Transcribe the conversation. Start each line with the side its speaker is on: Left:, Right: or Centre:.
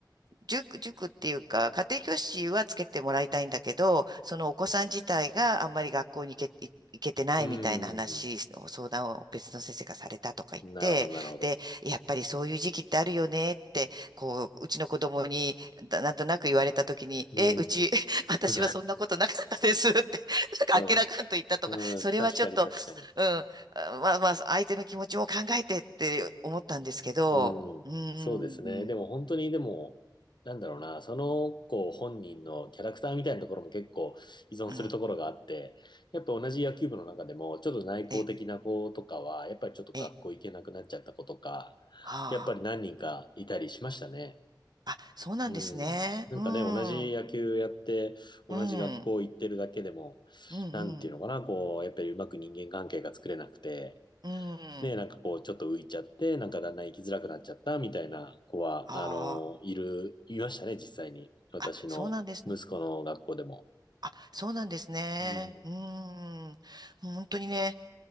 Right: 塾、塾っていうか、家庭教師はつけてもらいたいんだけど、そのお子さん自体があんまり学校に行け、行行けてないみたいな話を、
Left: うん。
Right: 相談を別の先生がされたとか言って、
Left: なるほど、なるほど。
Right: で、やっぱりそういう時期ってあるよねって、こう、うちの子供に、だなんとなく言われたときに、
Left: うん。
Right: え、うち、<laughs> 私はそんなことなかったですって、
Left: <laughs> う
Right: <laughs> なんかあっけらかんと言ったとか、
Left: ん。うん。
Right: それはちょっと、
Left: 確かに確かに。
Right: うん、あまあまあ、相手の気持ちも考えてって思ったんですけど、
Left: うん。
Right: うーん、
Left: そうですね。
Right: うん、
Left: でも本当に、でも、なんだろうな、その子本人のキャラクターみたいなところも結構依存するところがあって、
Right: うん、
Left: やっぱ同じ野球部の中でも、ちょっと内向的な子とかは、
Right: え、
Left: やっぱりちょっと学校行けなくなっちゃった子とか、
Right: え、はあ、
Left: やっぱり何人かいたりしましたね。
Right: あ、そうなんですね。
Left: うん。なんかね、
Right: うん、
Left: 同じ野球やって、
Right: うん、
Left: 同じ学校行ってるだけでも、
Right: うん、うん、
Left: なんていうのかな、こう、やっぱりうまく人間関係が作れなくて、
Right: うん、
Left: ね、なんかこう、ちょっと浮いちゃって、なんかだんだん生きづらくなっちゃったみたいな子は、
Right: あ
Left: あの、いる、いましたね、実際に。私の息子の学校でも。
Right: あ、あ、そうなんですね。あ、そうなんですね。
Left: うん。
Right: うーん、本当にね、